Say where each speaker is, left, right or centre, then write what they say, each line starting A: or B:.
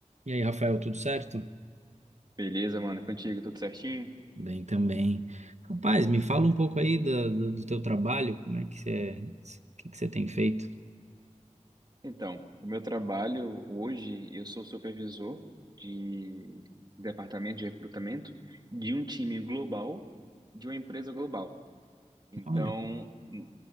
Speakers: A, on the right; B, on the right.
A: E aí, Rafael, tudo certo?
B: Beleza, mano, contigo, tudo certinho?
A: Bem também. Rapaz, me fala um pouco aí da- do, do teu trabalho, como é que você, o que que você tem feito?
B: Então, o meu trabalho hoje, eu sou supervisor de departamento de recrutamento de um time global, de uma empresa global. Então,
A: Olha.
B: hum,